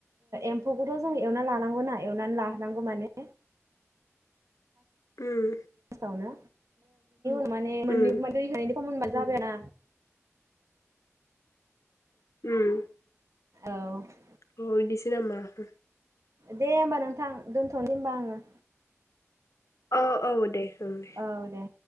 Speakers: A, on the right; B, on the left.
A: एम्फौखौथ' जों एवना लानांगौना एवनानै लानांगौ माने
B: उम
A: फास आवनो <unintelligible>
B: उम
A: खम मोनबा जाबायना
B: उम
A: औ
B: अ बेदिसो <unintelligible>
A: दे होमबा नोंथां दोनथ'नोसै होमबा आङो
B: औ औ दे ओं दे
A: औ दे